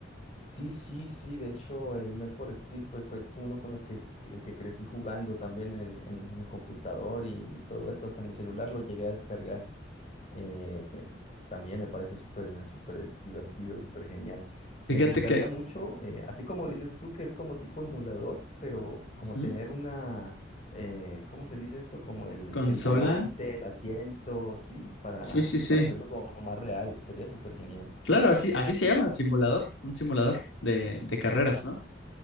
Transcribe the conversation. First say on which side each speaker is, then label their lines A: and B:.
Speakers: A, on the left; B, on the left.
A: Sí, sí, sí. De hecho, el Net for Speed pues fue con uno con los que el que crecí jugando también en el, en, en computador y, y todo esto, hasta en el celular lo llegué a descargar. Eh, también me parece súper, súper divertido, súper genial. Me
B: Fíjate
A: gustaría
B: que...
A: mucho, eh, así como dices tú, que es como tipo emulador, pero como
B: Ujú.
A: tener una, eh, ¿cómo se dice esto? Como el,
B: Consola.
A: el volante, el asiento, ¿sí? Para,
B: Sí, sí, sí.
A: para hacerlo como más real. Sería súper genial.
B: Claro, así, así se llama, simulador, un simulador de, de carreras, ¿no?